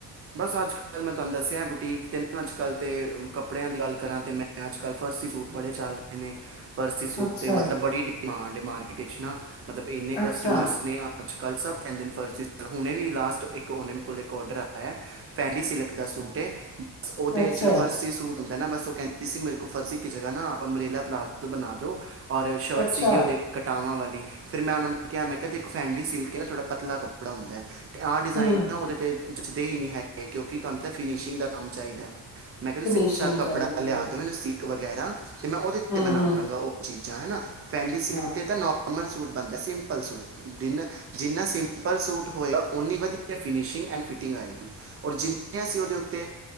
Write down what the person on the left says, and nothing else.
ਅੱਛਾ
ਅੱਛਾ
ਅੱਛਾ
ਅੱਛਾ
ਹਮ
ਫਿਨਿਸ਼ਿੰਗ
ਚਾਹੀਦੀ
ਹੈ
ਹਮ
ਹਮ
ਹਾਂ